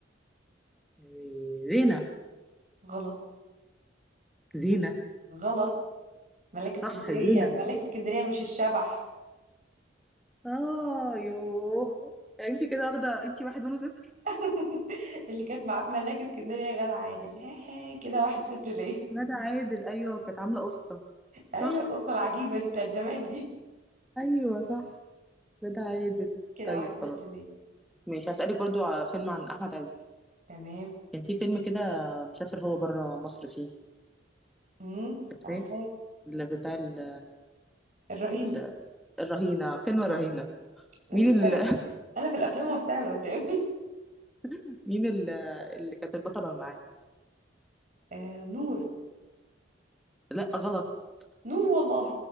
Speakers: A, in the centre; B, on the right.
A: أيوة، زينة
B: غلط
A: زينة
B: غلط ملاك اسكندريه
A: صح زينة
B: ملاك اسكندريه مش الشبح
A: اه يوه انت كده واخده انت واحد وانا صفر
B: <laughs> اللي كانت معاه في ملاك اسكندريه غادة عادل هاي هاي كده واحد صفر ليا
A: ندى عادل ايوه كانت عاملة قصة
B: ايوه
A: صح
B: القصه العجيبه دي بتاعت زمان دي
A: ايوه صح ندى عادل
B: كده
A: طيب
B: واحد صفر
A: خلاص
B: ليا
A: ماشي هسألك برضو على فيلم عن أحمد عز
B: تمام
A: كان في فيلم كده مسافر هو بره مصر فيه
B: امم
A: فاكراه
B: عارفاه
A: اللي بتاع ال...
B: الرهينه
A: ال... الرهينة فيلم الرهينة
B: اه
A: مين
B: بس انا
A: ال...
B: انا في الافلام والساعه من قدامي <laughs>
A: <laughs> مين ال... اللي كانت البطلة معاه
B: آه نور
A: لا غلط
B: نور والله